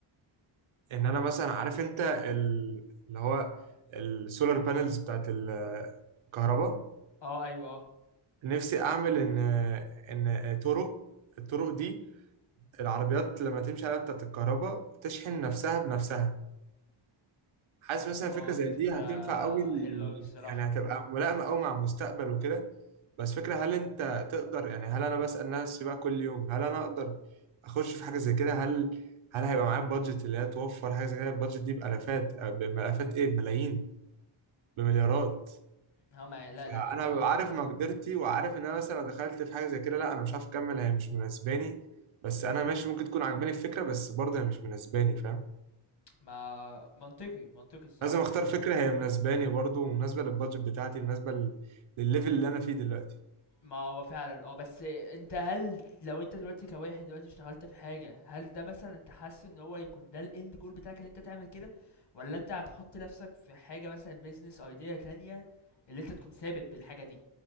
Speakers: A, on the right (about 75°); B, on the left (about 55°).
A: ان انا مثلا عارف انت ال- اللي هو السولار بانلز بتاعت الكهرباء
B: اه ايوه اه
A: نفسي اعمل ان ان طرق الطرق دي العربيات لما تمشي عليها بتاعت الكهرباء بتشحن نفسها بنفسها حاسس
B: الله
A: مثلا فكره زي
B: دي فكرة
A: دي هتنفع قوي ال...
B: حلوة أوي الصراحة
A: يعني هتبقى ملائمه قوي مع المستقبل وكده بس فكره هل انت تقدر يعني هل انا بسال نفسي بقى كل يوم هل انا اقدر اخش في حاجه زي كده هل هل هيبقى معايا بادجت اللي هي توفر حاجه زي كده البادجت دي بالافات بالافات ايه بملايين بمليارات
B: اه ما لا
A: فانا
B: لأ يعني
A: ببقى
B: آه،
A: عارف مقدرتي وعارف ان انا مثلا لو دخلت في حاجه زي كده لا انا مش عارف اكمل هي مش مناسباني بس انا ماشي ممكن تكون عاجباني الفكره بس برضه هي مش مناسباني فاهم
B: ما منطقي منطقي الصراحة
A: لازم اختار
B: بس
A: فكره هي مناسباني برضو ومناسبه للبادجت بتاعتي مناسبه لل- للليفل اللي انا فيه دلوقتي
B: ما هو فعلا اه بس انت هل لو انت دلوقتي كواحد دلوقتي اشتغلت في حاجة هل ده مثلا انت حاسس ان هو يكون ده الاند جول بتاعك اللي انت تعمل كده ولا انت هتحط نفسك في حاجة مثلا بيزنس ايديا تانية اللي انت تكون ثابت بالحاجة دي